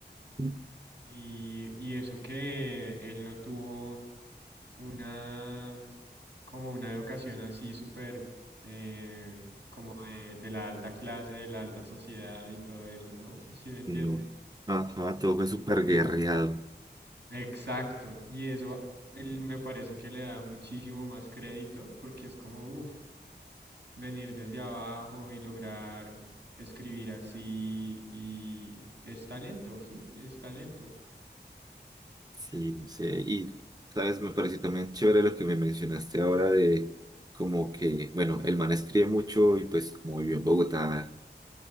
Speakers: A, on the right; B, on the right.
A: Mm.
B: Y, y eso que él no tuvo una, como una educación así súper, eh, como de, de la alta clase, de la alta sociedad y todo eso, ¿no? <laughs> ¿Sí me entiendes?
A: Y no, ajá, todo fue súper
B: Entonces,
A: guerreado.
B: exacto. Y eso, él me parece que le da muchísimo más crédito porque es como, uff. venir desde abajo y lograr escribir así y es talento, ¿sí? Es talento.
A: Sí, no sé. Y, ¿sabes? Me pareció también chévere lo que me mencionaste ahora de como que, bueno, el man escribe mucho y pues como vivió en Bogotá